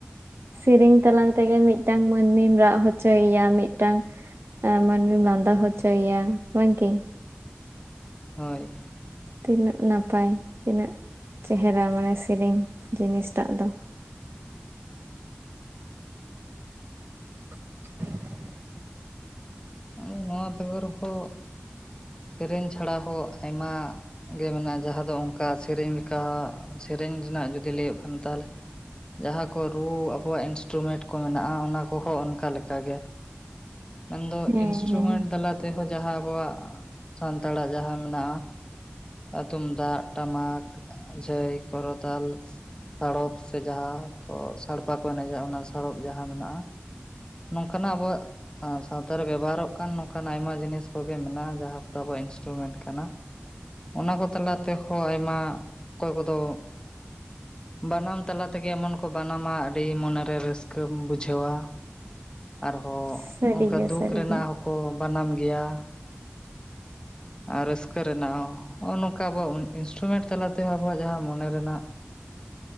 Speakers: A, on the right; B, on the left.
A: ᱥᱮᱨᱮᱧ ᱛᱟᱞᱟᱝ ᱛᱮᱜᱮ ᱢᱤᱫᱴᱟᱝ ᱢᱟᱹᱱᱢᱤᱢ ᱨᱟᱜ ᱦᱚᱪᱚᱭᱮᱭᱟ, ᱢᱤᱫᱴᱟᱝ ᱟ ᱢᱟᱱᱢᱤᱢ ᱞᱟᱸᱫᱟ ᱦᱚᱪᱚ ᱭᱟ, ᱵᱟᱝᱠᱤ
B: ᱦᱳᱭ,
A: ᱛᱤᱱᱟᱹᱜ ᱱᱟᱯᱟᱭ, ᱛᱤᱱᱟᱹᱜ ᱪᱮᱦᱨᱟ, ᱢᱟᱱᱮ ᱥᱤᱨᱤᱧ ᱡᱤᱱᱤᱥᱴᱟᱜ ᱫᱚ, <inaudible>
B: ᱟᱸᱫᱚ ᱱᱚᱣᱟ ᱵᱮᱜᱚᱨ ᱦᱚ, ᱥᱮᱨᱮᱧ ᱪᱷᱟᱲᱟ ᱦᱚ ᱟᱭᱢᱟ- -ᱜᱮ ᱢᱮᱱᱟᱜᱼᱟ ᱡᱟᱦᱟ ᱫᱚ ᱚᱱᱠᱟ ᱥᱮᱨᱮᱧ ᱞᱮᱠᱟ, ᱥᱮᱨᱮᱧ ᱨᱮᱱᱟᱜ ᱡᱩᱫᱤ ᱞᱟᱹᱭᱚᱜ ᱠᱷᱟᱱ ᱛᱟᱦᱚᱞᱮ, ᱡᱟᱦᱟ ᱠᱚ ᱨᱩ ᱟᱵᱚᱣᱟᱜ ᱤᱱᱥᱴᱨᱩᱢᱮᱴ ᱠᱚ ᱢᱮᱱᱟᱜᱼᱟ, ᱚᱱᱟ ᱠᱚᱦᱚ ᱚᱱᱠᱟ ᱞᱮᱠᱟᱜ ᱜᱮ, ᱢᱮᱱᱫᱚ
A: ᱦᱮᱸ
B: ᱤᱱᱥᱴᱨᱩᱢᱮᱱ
A: ᱦᱮᱸ
B: ᱫᱟᱞᱟ ᱛᱮ ᱦᱚ ᱡᱟᱦᱟ, ᱟᱵᱚᱣᱟᱜ ᱥᱟᱱᱛᱟᱲᱟᱜ ᱡᱟᱦᱟ ᱢᱮᱱᱟᱜᱼᱟ, ᱟ ᱛᱩᱢᱫᱟᱜ, ᱴᱟᱢᱟᱠ, ᱡᱷᱟᱹᱭ, ᱠᱚᱨᱚᱛᱟᱞᱥ, ᱥᱟᱲᱚᱯ ᱥᱮ ᱡᱟᱦᱟ ᱠᱚ ᱥᱟᱲᱯᱟ ᱠᱚ ᱮᱱᱮᱡᱟ, ᱚᱱᱟ ᱥᱟᱲᱚᱯ ᱡᱟᱦᱟ ᱢᱮᱱᱟᱜᱼᱟ, ᱱᱚᱝᱠᱟᱱᱟᱜ ᱟᱵᱚᱣᱟᱜ ᱟ ᱥᱟᱣᱛᱟ ᱨᱮ ᱵᱮᱵᱚᱦᱟᱨᱚᱜ ᱠᱟᱱ ᱱᱚᱝᱠᱟᱱᱟᱜ ᱟᱭᱢᱟ ᱡᱤᱱᱤᱥ ᱠᱚᱜᱮ ᱢᱮᱱᱟᱜᱼᱟ, ᱡᱟᱦᱟ ᱠᱚᱫᱚ ᱟᱵᱚᱣᱟᱜ ᱤᱱᱥᱴᱨᱩᱢᱮᱱᱴ ᱠᱟᱱᱟ᱾ ᱚᱱᱟ ᱠᱚ ᱛᱟᱞᱟ ᱛᱮᱦᱚ, ᱟᱭᱢᱟ ᱚᱠᱚᱭ ᱠᱚᱫᱚ ᱵᱟᱱᱟᱢ ᱛᱟᱞᱟ ᱛᱮᱜᱮ ᱮᱢᱚᱱ ᱠᱚ ᱵᱟᱱᱟᱢᱟ, ᱟᱹᱰᱤ ᱢᱚᱱᱮᱨᱮ ᱨᱟᱹᱥᱠᱟᱹᱢ ᱵᱩᱡᱷᱟᱹᱣᱟ- -ᱟᱨᱦᱚ
A: ᱥᱟᱹᱨᱤᱜᱮ
B: ᱚᱱᱠᱟ ᱫᱩᱠ
A: ᱥᱟᱹᱨᱤᱜᱮ
B: ᱨᱮᱱᱟᱜ ᱦᱚᱠᱚ ᱵᱟᱱᱟᱢ ᱜᱮᱭᱟ,
A: <unintelligible>
B: ᱟ ᱨᱟᱹᱥᱠᱟᱹ ᱨᱮᱱᱟᱜ ᱦᱚ ᱚ ᱱᱚᱝᱠᱟ, ᱟᱵᱚᱣ ᱩᱱ ᱤᱱᱥᱴᱨᱩᱢᱮᱴ ᱛᱟᱞᱟᱛᱮᱦᱚ ᱟᱵᱚᱣᱟᱜ ᱡᱟᱦᱟ ᱢᱚᱱᱮ ᱨᱮᱱᱟᱜ
A: <unintelligible>